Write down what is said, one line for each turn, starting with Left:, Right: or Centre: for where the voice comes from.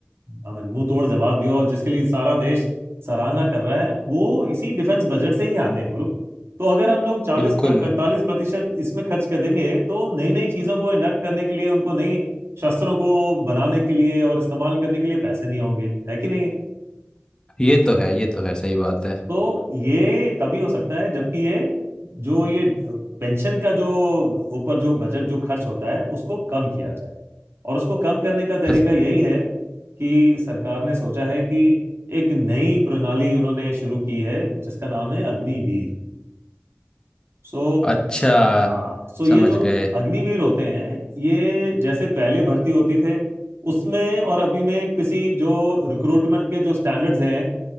Right: आई मीन मुंह तोड़ जवाब दिया और जिसके लिए सारा देश सराहना कर रहा है वो इसी डिफेंस बजट से ही आते हैं गुरु तो अगर हम लोग चालीस
Left: बिल्कुल
Right: पैंतालीस प्रतिशत इसमें खर्च कर देंगे तो नई नई चीजों को इंडक्ट करने के लिए उनको नई शस्त्रों को बनाने के लिए और इस्तेमाल करने के लिए पैसे नहीं होंगे है कि नहीं
Left: ये तो है ये तो है सही बात है
Right: तो ये तभी हो सकता है जबकि ये जो ये पेंशन का जो ऊपर जो बजट जो खर्च होता है उसको कम किया जाए और उसको कम करने का तरीका
Left: बस-
Right: यही है कि सरकार ने सोचा है कि एक नई प्रणाली उन्होंने शुरू की है जिसका नाम है अग्निवीर सो
Left: अच्छा
Right: हाँ सो ये
Left: समझ
Right: जो
Left: गए
Right: अग्निवीर होते हैं ये जैसे पहले भर्ती होती थे उसमें और अभी में किसी जो रिक्रूटमेंट के जो स्टैंडर्ड्स हैं